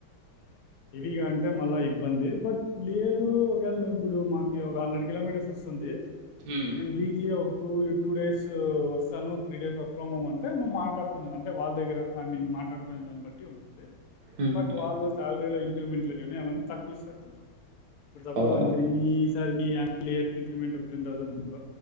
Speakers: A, on the left; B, on the right.
A: ఇదిగా అంటే మళ్ళా ఇబ్బంది బట్ లేదు ఒకవేళ నువ్వు ఇప్పుడు మాకి ఒక హండ్రెడ్ కిలోమీటర్స్ వస్తుంది
B: ఉమ్
A: నేను వీక్లీ ఒక టూ టూ డేస్ వస్తాను త్రీ డేస్ వ వర్క్ ఫ్రమ్ హోమ్ అంటే నువు మాట్లాడుకున్నాం అంటే వాళ్ళ దగ్గర ఐ మీన్ మాట్లాడుకునే దాన్ని బట్టి ఉంటుంది
B: ఉమ్,
A: బట్
B: ఉమ్,
A: వాళ్ళు
B: ఉమ్.
A: శాలర్ వేల ఇంక్రిమెంట్ లో గానీ అవన్నీ తక్కువ ఇస్తరు కొంచెం ఇప్పుడు సపోజ్
B: ఓ
A: ఇంక్రి ఈ ఈ సారి మీ అన్యుల్ ఇయర్ కి ఇంక్రిమెంట్ ఒక టూ తౌసండ్